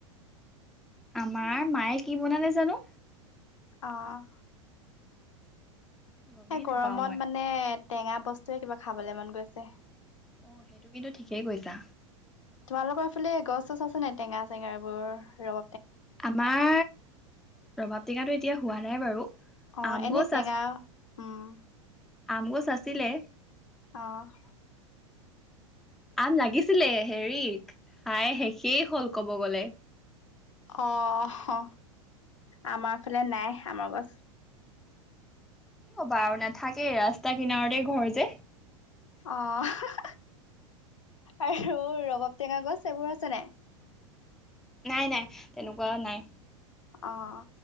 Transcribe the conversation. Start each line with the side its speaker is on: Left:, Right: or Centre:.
Centre: আমাৰ মায়ে কি বনালে জানো।
Left: অ'।
Centre: গমেই
Left: এ'
Centre: নাপাওঁ
Left: গৰমত
Centre: মই
Left: মানে টেঙা বস্তুৱে কিবা খাবলে মন গৈছে।
Centre: অ' সেইটো কিন্তু ঠিকেই কৈছা।
Left: তোমালোকৰ ফালে গছ, চছ আছে নাই টেঙা-চেঙা এইবোৰৰ ৰব
Centre: আমাৰ ৰবাব টেঙাটো এতিয়া হোৱা নাই বাৰু।
Left: অ'
Centre: আম
Left: এনেই
Centre: গছ
Left: টেঙা উম'
Centre: আমগছ আছিলে।
Left: অ'।
Centre: আম লাগিছিলে হেৰিক হাই শেষেই হল কব গলে।
Left: অ' হ আমাৰ ফালে নাই আমৰ গছ।
Centre: কি ক'বা আৰু নাথাকেই ৰাস্তাৰ কিনাৰতে ঘৰ যে।
Left: অ'। <unintelligible> আৰু ৰবাব টেঙা গছ এইবোৰ আছে নাই।
Centre: নাই নাই তেনেকুৱা নাই।
Left: অ'।